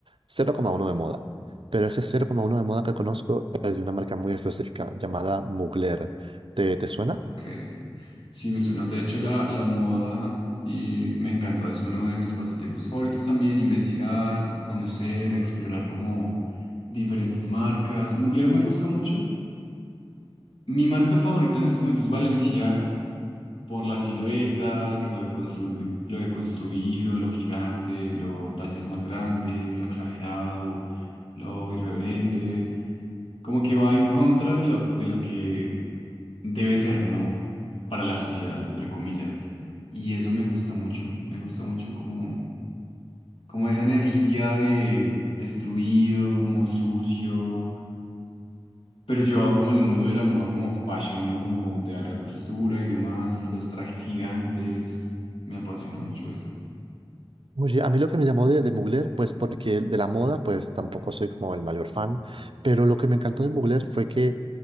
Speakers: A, on the right (about 65°); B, on the left (about 80°).
A: cero coma uno de moda. Pero ese cero coma uno de moda que conozco es de una marca muy específica llamada Mugler. ¿Te, te suena?
B: Ok, sí me suena. De hecho, la, la moda y me encanta, es uno de mis pasatiempos favoritos también, investigar, conocer, explorar como diferentes marcas. Mugler me gusta mucho. Mi marca favorita en este momento es Balenciaga, por las siluetas, lo de constru- lo de construido, lo gigante, lo tallas más grandes, lo exagerado, lo irreverente. Como que va en contra de lo, de lo que debe ser no para la sociedad, entre comillas. Y eso me gusta mucho, me gusta mucho como, como esa energía de destruido, como sucio, pero llevado como el mundo de la moda, como fashion, ¿no? Como de alta costura y demás, los trajes gigantes, me apasiona mucho eso.
A: Oye, a mí lo que me llamó de, de Mugler, pues porque de la moda, pues tampoco soy como el mayor fan, pero lo que me encantó de Mugler fue que